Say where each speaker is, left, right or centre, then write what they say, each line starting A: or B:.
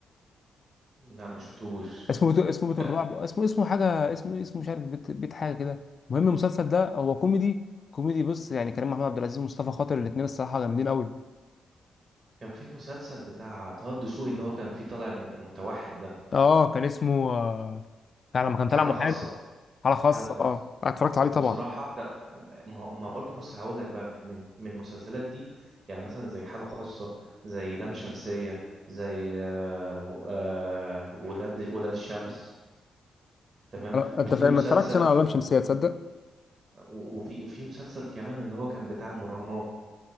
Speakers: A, on the right; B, on the left.
A: لا ما شفتوش
B: اسمه بيت اسمه بيت
A: آه،
B: الرعب اسمه اسمه حاجه اسمه اسمه مش عارف بيت, بيت حاجه كده المهم المسلسل ده هو كوميدي كوميدي بص يعني كريم محمود عبد العزيز ومصطفى خاطر الاثنين الصراحه جامدين قوي
A: كان في المسلسل بتاع طه الدسوقي اللي هو كان فيه طالع م- متوحد ده
B: اه كان اسمه آه، بتاع لما كان طالع
A: حالة
B: محامي
A: خاصة
B: حاله خاصه
A: حالة خاصة
B: اه أنا اتفرجت عليه طبعا
A: بصراحة كان- ما ما برضو بص هقول لك بقى من من المسلسلات دي يعني مثلا زي حالة خاصة زي لام شمسية زي آه، آه، ولاد ولاد الشمس تمام
B: أنا- انت
A: وفي
B: فاهم
A: مسلسل
B: ما اتفرجتش انا على لام شمسيه تصدق
A: و- وفي وفي مسلسل كمان اللي هو كان بتاع المراهنات